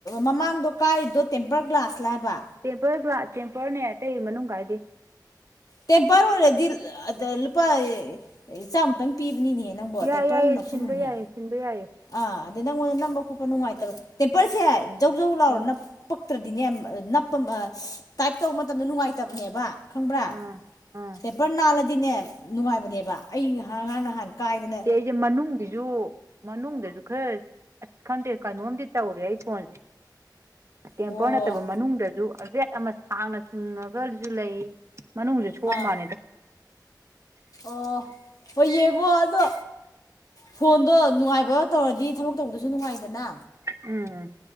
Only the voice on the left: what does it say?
ꯃꯃꯥꯡꯗꯣ ꯀꯥꯏꯔꯤꯗꯣ ꯇꯦꯝꯄꯔ ꯒ꯭ꯂꯥꯁ ꯂꯥꯏꯕ
ꯇꯦꯝꯄꯔ ꯑꯣꯏꯔꯗꯤ ꯑ ꯂꯨꯄꯥ ꯆꯥꯝꯃꯨꯛꯇꯪ ꯄꯤꯕꯅꯤꯅꯦ ꯍꯦ ꯅꯪꯕꯨ
ꯇꯦꯝꯄꯔ
ꯑꯃꯥ ꯅꯥꯞꯁꯤꯟꯂꯨꯅꯦꯍꯦ
ꯑꯥ ꯑꯗ ꯅꯪꯉꯣꯟꯗ ꯅꯝꯕ ꯈꯣꯠꯄ ꯅꯨꯡꯉꯥꯏꯇꯕ ꯇꯦꯝꯄꯔꯁꯦ ꯖꯧ ꯖꯧ ꯂꯥꯎꯔ
ꯅꯞꯄꯛ ꯅꯛꯇ꯭ꯔꯗꯤꯅꯦ ꯅꯞꯄ ꯇꯥꯏꯞ ꯇꯧꯕ ꯃꯇꯝꯗ ꯅꯨꯡꯉꯥꯏꯇꯕꯅꯦꯕ ꯈꯪꯕ꯭ꯔꯥ
ꯇꯦꯝꯄꯔ ꯅꯥꯜꯂꯗꯤꯅꯦ ꯅꯨꯡꯉꯥꯏꯕꯅꯦꯕ ꯑꯩ ꯉꯔꯥꯡ ꯅꯍꯥꯟ ꯀꯥꯏꯗꯅ
ꯑꯣ
ꯑꯥ
ꯑꯣ ꯍꯣꯏ ꯌꯦꯡꯉꯣ ꯑꯗꯣ ꯐꯣꯟꯗꯣ ꯅꯨꯡꯉꯥꯏꯕ ꯇꯧꯔꯗꯤ ꯊꯕꯛ ꯇꯧꯕꯗꯁꯨ ꯅꯨꯡꯉꯥꯏꯗꯅ